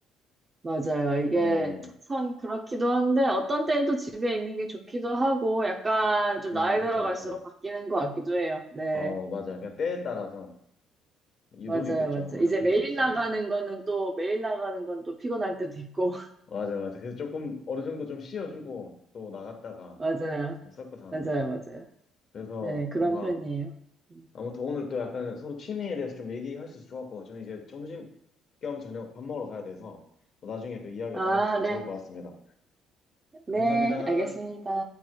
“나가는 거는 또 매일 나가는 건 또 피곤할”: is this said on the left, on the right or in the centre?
Right